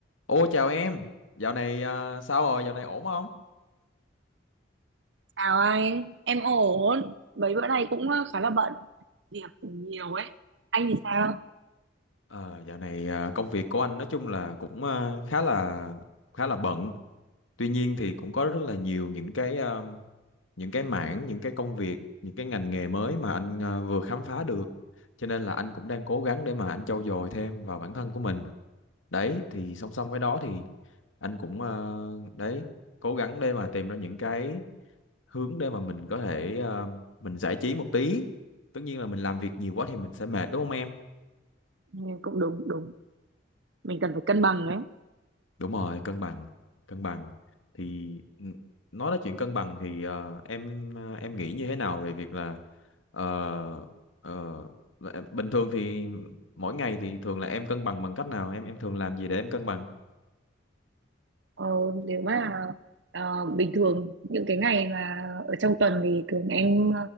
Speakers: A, on the left; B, on the right.
A: Ô chào em, dạo này à, sao rồi, dạo này ổn không?
B: Chào anh, em ổn. Mấy bữa nay cũng ờ, khá là bận, việc nhiều ấy. Anh thì sao?
A: Ờ, dạo này à, công việc của anh nói chung là cũng à, khá là khá là bận. Tuy nhiên thì cũng có rất là nhiều những cái à, những cái mảng, những cái công việc, những cái ngành nghề mới mà anh à, vừa khám phá được. Cho nên là anh cũng đang cố gắng để mà anh trau dồi thêm vào bản thân của mình. đấy thì song song với đó thì anh cũng ờ, đấy cố gắng để mà tìm ra những cái hướng để mà mình có thể ờ, mình giải trí một tí tất nhiên là mình làm việc nhiều quá thì mình sẽ mệt đúng không em
B: Ừ, cũng đúng đúng mình cần phải cân bằng ấy
A: đúng rồi cân bằng cân bằng thì n- nói đến chuyện cân bằng thì ờ, em ờ, em nghĩ như thế nào về việc là ờ, ờ, là em- bình thường thì mỗi ngày thì thường là em cân bằng bằng cách nào em em thường làm gì để em cân bằng
B: Ờ, nếu mà ờ, bình thường những cái ngày mà ở trong tuần thì thường em